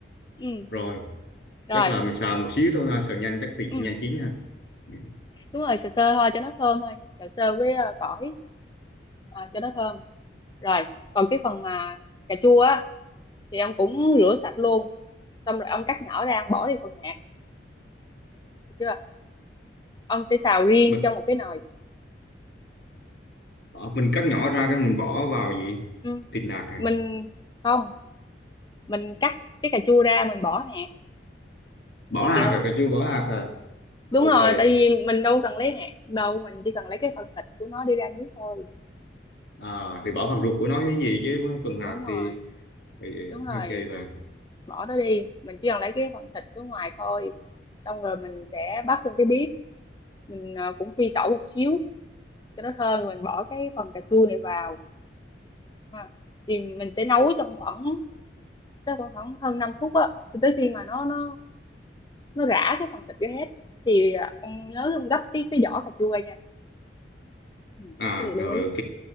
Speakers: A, on the left; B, on the left.
A: ừ
B: Rồi,
A: rồi
B: chắc là mình xào một xíu thôi ha, xào nhanh chắc thì
A: ừ.
B: nhanh chín ha. Dạ.
A: đúng rồi sờ sơ thôi cho nó thơm thôi sờ sơ với ờ, tỏi ờ, cho nó thơm rồi còn cái phần mà cà chua á thì ông cũng rửa sạch luôn xong rồi ông cắt nhỏ ra ông bỏ đi phần hạt được chưa ông sẽ xào riêng
B: Mình,
A: trong một cái nồi
B: ờ, mình cắt nhỏ ra cái mình bỏ vào gì?
A: ừ.
B: Thịt nạc à
A: mình không mình cắt cái cà chua ra mình bỏ hạt
B: bỏ
A: như
B: hạt
A: kiểu không
B: à cà chua bỏ hạt à
A: đúng
B: ô
A: rồi
B: trời
A: tại vì mình đâu cần lấy hạt đâu mình chỉ cần lấy cái phần thịt của nó đi ra nước thôi
B: à thì bỏ phần ruột của nó cái gì với với phần hạt
A: đúng rồi
B: thì, thì
A: đúng rồi
B: ok bà
A: bỏ nó đi mình chỉ cần lấy cái phần thịt ở ngoài thôi xong rồi mình sẽ bắt lên cái bếp mình ờ, cũng phi tẩu một xíu cho nó thơm rồi mình bỏ cái phần cà chua này vào ha. thì mình sẽ nấu trong khoảng chắc khoảng khoảng hơn 5 phút á cho tới khi mà nó nó nó rã cái phần thịt ra hết thì à, ông nhớ ông gấp cái cái vỏ cà chua nha ừ.
B: à
A: cái điều lưu
B: rồi
A: ý
B: ok